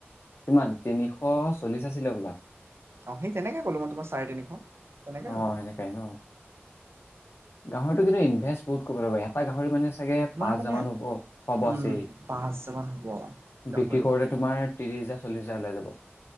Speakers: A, on the left; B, on the right.
A: কিমান তিনিশ -চল্লিশ আছিলে হবলা
B: অ ', সেই', তেনেকে ক'লোঁ মই তোমাৰ চাৰে- তিনিশ তেনেকেই
A: অ',
B: হ'ব
A: সেনেকাই ন'। গাহৰিটো কিন্তু ইনভেচ বহুত কৰিব লাগিব এটা গাহৰি মানে। চাগে
B: তোমাৰ
A: পাঁচ হাজাৰ
B: মানে
A: মান হ'ব। হ'ব',
B: উম
A: আছে,
B: পাঁচ হাজাৰ মান হ'ব গাহৰি
A: বিক্ৰী কৰোতে তোমাৰ ত্ৰিশ-হাজাৰ চল্লিছ হাজাৰ ওলাই যাব।